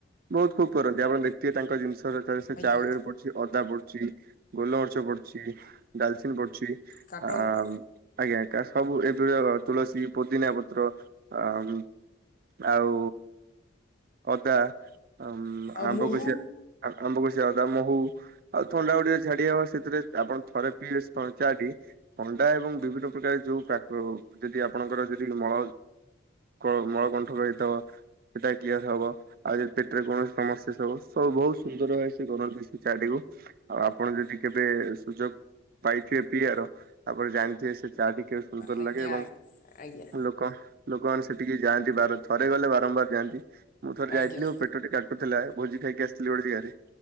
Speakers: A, on the right; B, on the left.
A: ବହୁତ ଖୁବ କରନ୍ତି ଆପଣ ଦେଖିଥିବେ ତାଙ୍କ ଜିନିଷର ଥରେ ସେ
B: ଆଜ୍ଞା
A: ଚାଉଳରେ ପଡୁଛି ଅଦା ପଡୁଛି ଗୋଲମରିଚ ପଡୁଛି ଡାଲଚିନ୍ ପଡୁଛି।
B: କାଠ
A: ଆମ୍
B: ଗୁଣ୍ଡ
A: ଆଜ୍ଞା। ତା ସବୁ ଏବେ ତୁଳସୀ ପୁଦିନା ପତ୍ର ଆ ଆଉ ଅଦା ଆମ୍
B: ଆଉ
A: ଆମ୍ବ
B: ମହୁ
A: କଷିଆ ଆମ୍ବ କଷ ଚିଅଦା ମହୁ ଆଉ ଥଣ୍ଡା ଗୁଡେ ଝାଡି ହବ ସେଥିରେ ଆପଣ ଥରେ ପିଇଲେ ଚା ଟି ପ ଅଣ୍ଡା ଏବଂ ବିଭିନ୍ନ ପ୍ରକାର ଯୋଉ ପାକ ହେଉ ଯଦି ଆପଣଙ୍କର ଯଦି ମଳ କଳ ମଳ ଗନ ରଇତବ ସେଇଟା କ୍ଲିୟର ହବ ଆଉ ଯଦି ପେଟରେ କୌଣସି ସମସ୍ୟା ସବୁ ସବୁ ବହୁତ ସୁନ୍ଦର ହଏ ସେ ବନାନ୍ତି ସେ ଚା ଟି କୁ। ଆଉ ଆପଣ ଯଦି କେବେ ସୁଯୋଗ ପାଇଥିବେ ପିଆର ତାପରେ ଜାଣିଥିବେ ସେ ଚାହା ଟିକେ ସୁନ୍ଦର
B: ଆଜ୍ଞା
A: ଲାଗେ ଏବଂ
B: ଆଜ୍ଞା ଆଜ୍ଞା
A: ଲୋକ ଲୋକମାନେ ସେଠିକି ଯାନ୍ତି ବାର ଥରେ ଗଲେ ବାରମ୍ବାର ଯାଆନ୍ତି ମୁଁ ଥରେ
B: ଆଜ୍ଞା
A: ଯାଇଥିଲି ମୋ ପେଟ ଟା କା ଟୁ ଥିଲାଏ ଭୋଜି ଖାଇକି ଆସିଥିଲି ଗୋଟେ ଜାଗାରେ।